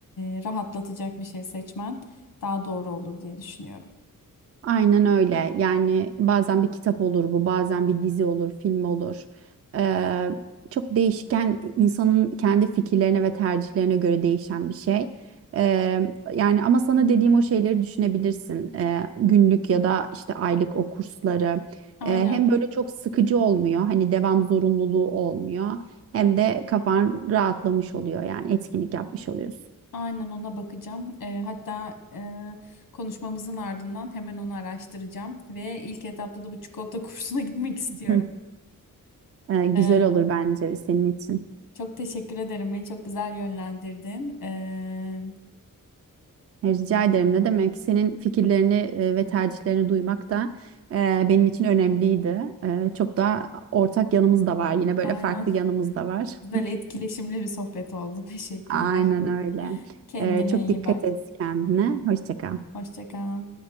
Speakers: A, on the left; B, on the right.
A: e, rahatlatacak bir şey seçmen daha doğru olur diye düşünüyorum.
B: Aynen öyle. Yani bazen bir kitap olur bu, bazen bir dizi olur, film olur. Ee, çok değişken, insanın kendi fikirlerine ve tercihlerine göre değişen bir şey. Ee, yani ama sana dediğim o şeyleri düşünebilirsin. Ee, günlük ya da işte aylık o kursları.
A: Aynen,
B: Ee, hem böyle çok sıkıcı olmuyor, hani devam zorunluluğu olmuyor. Hem de kafan rahatlamış oluyor yani etkinlik yapmış oluyorsun.
A: aynen ona bakacağım. Eee, hatta eee, konuşmamızın ardından hemen onu araştıracağım ve ilk etapta da bu çikolata kursuna <laughs> gitmek istiyorum.
B: Hı. Ee, güzel
A: Eee,
B: olur bence senin için.
A: çok teşekkür ederim. Beni çok güzel yönlendirdin. Eee,
B: E, Rica ederim. Ne demek? Senin fikirlerini e, ve tercihlerini duymak da e, benim için önemliydi. E, Çok da ortak yanımız da var. Yine böyle
A: aynen.
B: farklı yanımız da var.
A: Güzel etkileşimli bir sohbet oldu. <laughs> Teşekkürler.
B: Aynen öyle.
A: Kendine
B: E, Çok
A: iyi
B: dikkat
A: bak.
B: et kendine. Hoşça kal.
A: Hoşça kal.